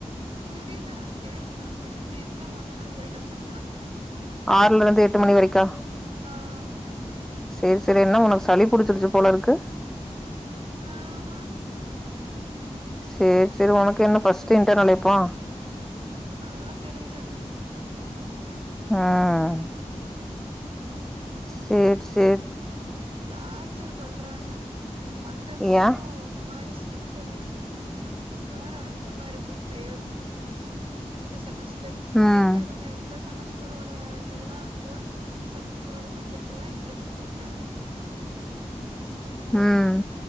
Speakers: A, on the right; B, in the centre.
A: தெரியல அது கேக்கல நா த்து நேத்து தான் மொத நாள் போயிட்டு வந்துருக்கான்
B: ஆறுலருந்து எட்டு மணி வரைக்கா
A: ஆஹ்
B: செரி செரி என்ன உனக்கு சளி புடிச்சிருச்சு போல இருக்கு
A: ஆமா
B: செரி செரி உனக்கு என்ன ஃபர்ஸ்ட் இன்டரன்ல் எப்போ
A: அதெல்லாம் தெரியல
B: ஆஹ்
A: ம்
B: செரி செரி
A: டார்ச்சல் பண்றாங்க அ வந்த மிஸும்
B: ஏ
A: ஒரு மாதிரி ஸ்ட்ரீ இந்த மிஸ்ஸு அது சப்ஜெக்ட் வேற அதிகமா இருக்கு இந்த யியெர்க்கு இந்த செமஸ் டருக்கு
B: ம்
A: எங்க இருந்து எந்த செமஸ் டரோட இதெல்லம் ஃபோர்த்து ஃபிஃப்த் செமஸ்டரோட சப்ஜெக்ட் எல்லாம் எங்களுக்கு குடுத்துட்டாங்க இப்பவே
B: உஹம்